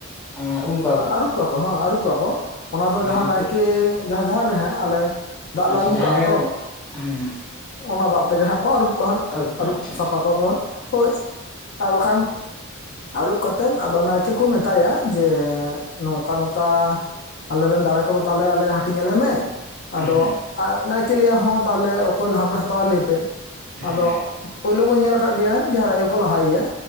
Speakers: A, in the centre; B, on the left (about 55°).
A: ᱦᱮᱸ ᱩᱢ ᱠᱚᱣᱟ
B: ᱟᱹᱨᱩᱵ ᱠᱚᱣᱟ ᱠᱚ ᱦᱚ ᱟᱹᱨᱩᱵ ᱠᱚᱣᱟ ᱠᱚ ᱚᱱᱟ ᱫᱚ ᱡᱟᱦᱟ
A: ᱩᱱᱠᱩ
B: ᱱᱟᱭᱠᱮ ᱡᱟᱦᱟ ᱡᱟᱦᱮᱨ ᱨᱮᱦᱟᱜ ᱟᱞᱮ ᱫᱟᱜ
A: ᱟᱪᱪᱷᱟ
B: ᱞᱮ ᱟᱜᱩ
A: ᱡᱟᱦᱟᱸ
B: ᱠᱟᱜᱼᱟ
A: ᱨᱮ
B: ᱛᱚ,
A: ᱦᱮᱸ,
B: ᱚᱱᱟ ᱫᱟᱜ ᱛᱮᱜᱮ ᱦᱟᱸᱜ ᱠᱚ ᱟᱨᱩᱵ ᱠᱚᱣᱟ ᱦᱟᱜ
A: ᱟᱹᱨᱩ ᱠᱚ
B: ᱟᱨᱩᱵ
A: ᱟᱪᱪᱷᱟ
B: ᱥᱟᱯᱷᱟ
A: ᱟᱪᱪᱷᱟ
B: ᱠᱚᱣᱟ ᱠᱚ ᱦᱳᱭ᱾ ᱟᱨ ᱵᱟᱠᱷᱟᱱ ᱟᱨᱩᱵ ᱠᱟᱛᱮᱫ ᱟᱫᱚ ᱱᱟᱭᱠᱮ ᱠᱚ ᱢᱮᱛᱟᱭᱟ ᱡᱮ ᱱᱚᱝ ᱱᱚᱝᱠᱟ ᱱᱚᱝᱠᱟ ᱟᱞᱮᱨᱮᱱ ᱫᱟᱲᱮ ᱠᱚ ᱫᱚ ᱛᱟᱦᱚᱞᱮ ᱟᱞᱮ ᱦᱟᱴᱤᱧᱟᱞᱮ ᱢᱮ, ᱟᱫᱚ
A: ᱦᱮᱸ
B: ᱟᱼᱜ ᱱᱟᱭᱠᱮ ᱞᱟᱹᱭᱟ ᱦᱚᱸ ᱛᱟᱦᱮ ᱚᱠᱚᱭ ᱞᱟᱦᱟ ᱯᱮ ᱦᱟᱛᱟᱣᱟ ᱞᱟᱹᱭ ᱯᱮ, ᱟᱫᱚ
A: ᱦᱮᱸ
B: ᱯᱳᱭᱞᱳ ᱵᱚᱱ ᱧᱮᱞ ᱟᱠᱟᱫ ᱜᱮᱭᱟ ᱡᱟᱦᱮᱨ ᱟᱭᱳ ᱠᱚ ᱞᱟᱦᱟᱭᱮᱭᱟ